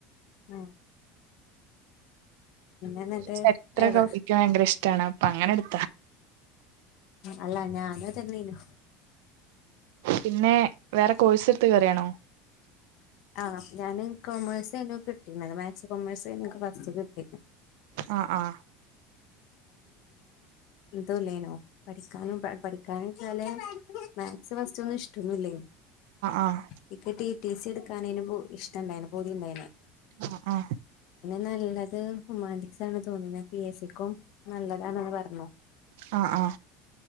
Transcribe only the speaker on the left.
ആ എന്നിട്ട്
എവ
അല്ലാ ഞാന തന്നീന്നു
ആ ഞാന് കൊമേഴ്സ് ആയിരുന്നു കിട്ടിക്കുന്നത് മാത്‌സ് കൊമേഴ്സ് ആയിരുന്നു എനിക്ക് ഫസ്റ്റ് കിട്ടി
എന്തല്ലേനോ പഠിക്കാനും പഠിക്കാന വെച്ചാല് മാത്‌സ് ഫസ്റ്റ് ഒന്നും ഇഷ്ടൊന്നുല്ലെ
എനിക്ക് ടി ടി സി എടുക്കാൻ അനു ഇഷ്ട ഇണ്ടായിന് പൂതി ഇണ്ടായ
നല്ലത് ഹ്യുമാനിറ്റീസ് ആണ് തോന്നി പിന്നെ പി എസ് സിക്കും നല്ലതാണന്ന് പറഞ്ഞു